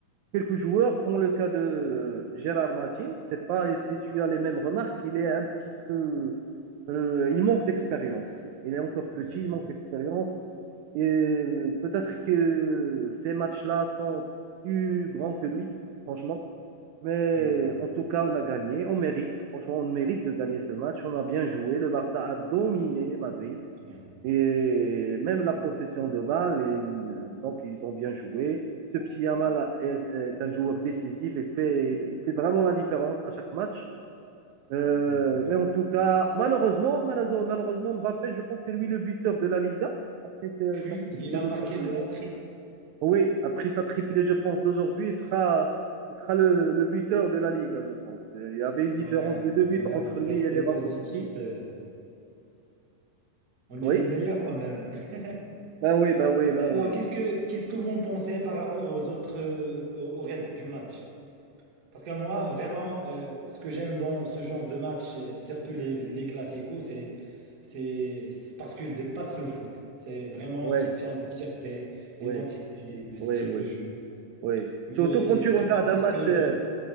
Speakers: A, on the right (about 85°); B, on the right (about 50°).
A: quelques joueurs, comme le cas de euh, Gérard Martin, c'est pas si tu as les mêmes remarques, il est un petit peu, euh, il manque d'expérience. Il est encore petit,
B: Ouais.
A: il manque d'expérience. Et euh, peut-être que ces matchs-là sont plus grands que lui, franchement. Mais
B: Mm,
A: en tout cas, on a gagné, on mérite. Franchement, on mérite de gagner ce match. On a bien joué. Le Barça a dominé Madrid.
B: ouais,
A: Et même la possession de balle, et donc ils ont bien joué. Ce petit Yamal est, est un joueur décisif et fait, il fait vraiment la différence à chaque match. Euh,
B: mm.
A: mais en tout cas, malheureusement, malheureusement, Mbappé, je pense, c'est lui le buteur de la Liga. Après sa
B: Puis,
A: triplée
B: il a
A: d'aujourd'hui.
B: marqué le hat
A: Oui, après sa triplée, je pense, d'aujourd'hui, il sera, il sera le, le buteur de la Liga, je pense. Il y avait
B: Mais
A: une différence
B: quand même,
A: de deux buts
B: quand même,
A: entre lui
B: restez
A: et Lewandowski.
B: positif. euh, On
A: Oui,
B: est les meilleurs quand même. <laughs>
A: ben oui, ben oui, ben oui.
B: Alors, qu'est-ce que qu'est-ce que vous en pensez par rapport aux autres, euh, au, au reste du match? Parce que moi, vraiment, euh, ce que j'aime dans ce genre de match, euh, surtout les, les classicos, c'est c'est c'est parce qu'ils dépassent le foot. C'est vraiment
A: Oui,
B: une question de fierté,
A: oui,
B: d'identité, de style
A: oui, oui.
B: de jeu.
A: Oui.
B: Mais
A: Surtout quand tu
B: je
A: regardes
B: sais pas parce
A: un match,
B: que
A: euh,
B: bon,